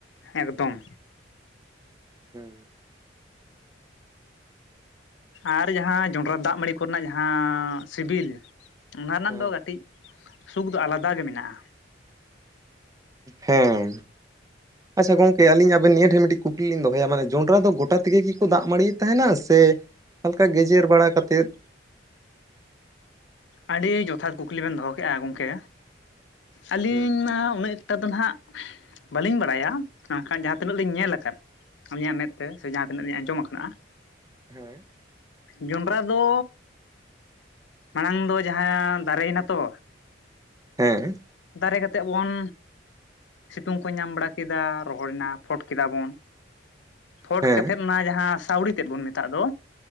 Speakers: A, on the left (about 70°); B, on the right (about 20°).
A: ᱮᱠᱫᱚᱢ
B: <inaudible>
A: ᱟᱨ ᱡᱟᱦᱟᱸ ᱡᱚᱸᱰᱨᱟ ᱫᱟᱜ ᱢᱟᱹᱲᱤ ᱠᱚᱨᱮᱱᱟᱜ ᱡᱟᱦᱟᱸ ᱥᱤᱵᱤᱞ ᱚᱱᱟ ᱨᱮᱱᱟᱜ
B: ᱦᱮᱸ
A: ᱫᱚ ᱠᱟᱹᱴᱤᱡ ᱥᱩᱠ ᱫᱚ ᱟᱞᱟᱫᱟ ᱜᱮ ᱢᱮᱱᱟᱜᱼᱟ,
B: ᱦᱮᱸ ᱟᱪᱪᱷᱟ ᱜᱚᱝᱠᱮ ᱟᱹᱞᱤᱧ ᱟᱵᱮᱱ ᱱᱤᱭᱟᱹ ᱴᱷᱮᱱ ᱟᱪᱪᱟ ᱜᱚᱢᱠᱮ ᱟᱞᱤᱧ ᱟᱵᱤᱱ ᱢᱤᱫᱴᱤᱡ ᱠᱩᱠᱞᱤᱤᱧ ᱫᱚᱦᱚᱭᱟ ᱢᱟᱱᱮ ᱡᱚᱱᱰᱨᱟ ᱫᱚ ᱜᱚᱴᱟ ᱛᱮᱜᱮ ᱜᱮᱠᱚ ᱫᱟᱜ ᱢᱟᱲᱤᱭᱮᱫ ᱛᱟᱦᱮᱱᱟ ᱥᱮ ᱦᱟᱞᱠᱟ ᱜᱮᱡᱮᱨ ᱵᱟᱲᱟ ᱠᱟᱛᱮᱫ
A: ᱟᱹᱰᱤ ᱡᱚᱛᱷᱟᱛ ᱠᱩᱠᱞᱤ ᱵᱮᱱ ᱫᱚᱦᱚ ᱠᱮᱫᱼᱟ ᱜᱚᱢᱠᱮ ᱟᱹᱞᱤᱧ
B: ᱦᱩᱸ
A: ᱢᱟ ᱩᱱᱟᱹᱜ ᱱᱤᱛᱚᱜ ᱫᱚ ᱱᱟᱦᱟᱜ ᱵᱟᱟᱹᱞᱤᱧ ᱵᱟᱲᱟᱭᱟ ᱵᱟᱝᱠᱷᱟᱱ ᱡᱟᱦᱟᱸ ᱛᱤᱱᱟᱹᱜ ᱞᱤᱧ ᱧᱮᱞ ᱟᱠᱟᱫ ᱟᱹᱞᱤᱧᱟᱜ ᱢᱮᱫ ᱛᱮ ᱥᱮ ᱡᱟᱦᱟᱸ ᱛᱤᱱᱟᱹᱜ ᱞᱧ ᱟᱸᱡᱚᱢ ᱟᱠᱟᱱᱟᱫᱼᱟ
B: <inaudible>
A: ᱡᱚᱸᱰᱨᱟ ᱫᱚ ᱢᱟᱲᱟᱝ ᱫᱚ ᱡᱟᱦᱟᱸ ᱫᱟᱨᱮᱱᱟ ᱛᱚ
B: ᱦᱮᱸ᱾
A: ᱫᱟᱨᱮ ᱠᱟᱛᱮᱜ ᱵᱚᱱ ᱥᱤᱛᱩᱝ ᱠᱚ ᱧᱟᱢ ᱵᱟᱲᱟ ᱠᱮᱫᱟ ᱨᱚᱦᱚᱲ ᱱᱟ ᱯᱷᱚᱴ ᱠᱮᱫᱟ ᱵᱚᱱ, ᱯᱷᱚᱴ
B: ᱦᱮᱸ
A: ᱠᱟᱛᱮᱜ ᱚᱱᱟ ᱡᱟᱦᱟᱸ ᱥᱟᱹᱣᱲ ᱛᱮᱫ ᱵᱚᱱ ᱢᱮᱛᱟᱜ ᱫᱚ